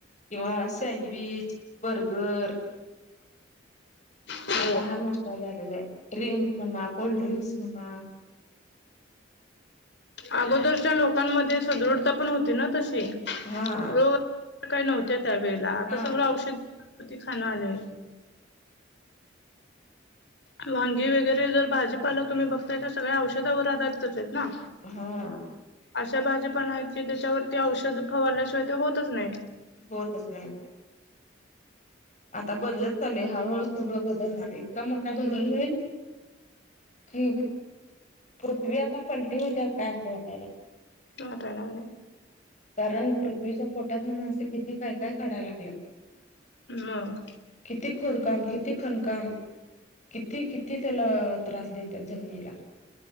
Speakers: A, on the left; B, on the left.
A: किंवा सँडविच, बर्गर
B: हो
A: आता हा नाष्टा झालेला हाय. ड्रिंक म्हणा, कोल्ड्रिंक्स म्हणा
B: अगोदरच्या लोकांमध्ये सदृढता पण होती ना तशी
A: हा.
B: रोग काही नव्हत्या त्या वेळेला, आता
A: हा
B: सगळं औषधी खाण आलय. वांगी वगैरे जर भाजीपाला तुम्ही बघताय? तर सगळ्या औषधावर आधारितच आहेत ना.
A: हा.
B: अशा भाजीपाला आहेत की, त्याच्यावरती औषध फवारल्याशिवाय ते होतच नाही.
A: होतच नाहीत. आता बदलत चालय, हाळूहळू सगळं बदलणार, इतका मोठा बदल
B: बर
A: होईल कि ही पृथ्वी आता पलटी होत्या काय असं वाटायलय?
B: वाटाय लागलय.
A: कारण पृथ्वीच्या पोटातन, मानसें किती काय काय काढायला लागल्यात?
B: मग
A: किती खोदकाम? किती खणकाम? किती किती त्याला त्रास देत्यात जमनीला.